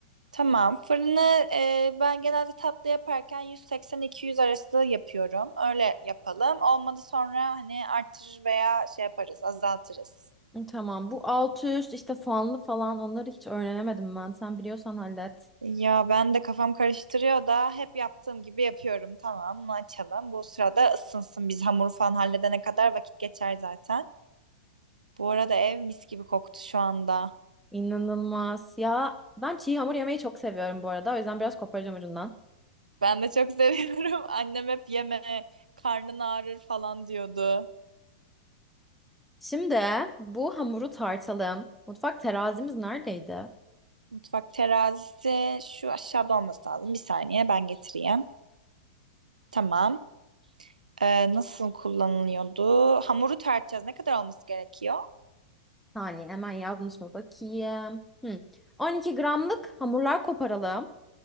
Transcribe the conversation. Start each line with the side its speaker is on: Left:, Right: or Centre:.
Right: Tamam, fırını e, ben genelde tatlı yaparken 180-200 arası yapıyorum. Öyle yapalım. Olmadı sonra hani artırır veya şey yaparız, azaltırız.
Centre: Hı, Tamam. Bu alt üst işte fanlı falan onları hiç öğrenemedim ben. Sen biliyorsan hallet.
Right: Ya ben de kafam karıştırıyor da hep yaptığım gibi yapıyorum. Tamam, bunu açalım. Bu sırada ısınsın. Biz hamuru falan halledene kadar vakit geçer zaten. Bu arada ev mis gibi koktu şu anda.
Centre: İnanılmaz. Ya ben çiğ hamur yemeyi çok seviyorum bu arada. O yüzden biraz koparacağım ucundan.
Right: Ben de çok seviyorum. <laughs> Annem hep yeme, karnın ağrır falan diyordu.
Centre: Şimdi bu hamuru tartalım. Mutfak terazimiz neredeydi?
Right: Mutfak terazisi şu aşağıda olması lazım. Bir saniye ben getireyim. Tamam. Ee, nasıl kullanılıyordu? Hamuru tartacağız. Ne kadar olması gerekiyor?
Centre: Hani hemen yazmış mı bakayım. Hı. 12 gramlık hamurlar koparalım.